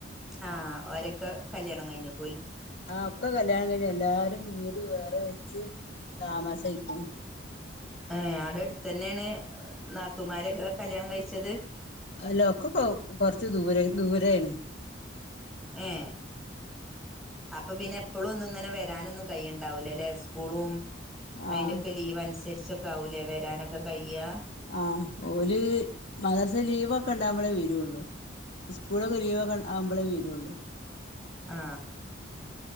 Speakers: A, in the centre; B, on the left.
A: ആഹ് ഓരക്ക കല്യാണം കഴിഞ്ഞു
B: ആ ഒക്കെ കല്യാണം കഴിഞ്ഞ് എല്ലാരും വീട് വേറെ വെച്ച് താമസായിക്ക്ണ്
A: ഏ അടെ എട്ത്തന്നേണ് നാത്തുമാരൊക്കെ കല്യാണം കഴിച്ചത്
B: അല്ല ഒക്കെ കൊ കൊറച്ച് ദൂരെ ദൂരേണ്
A: ഏ അപ്പൊ പിന്നെ എപ്പോളും ഒന്നും ഇങ്ങനെ വരാനൊന്നും കൈണ്ടാവൂലല്ലെ സ്കൂളും അയിന്റൊക്കെ
B: ആഹ്
A: ലീവ് അനുസരിച്ചൊക്കെ ആവൂലേ വരാനൊക്കെ കഴിയാ
B: ആഹ് ഓല് മദ്രസ ലീവൊക്കെ ഇണ്ടാവുമ്പളേ വരുള്ളു സ്കൂളൊക്കെ ലീവൊക്കെ ആവുമ്പളേ വരുള്ളൂ
A: ആ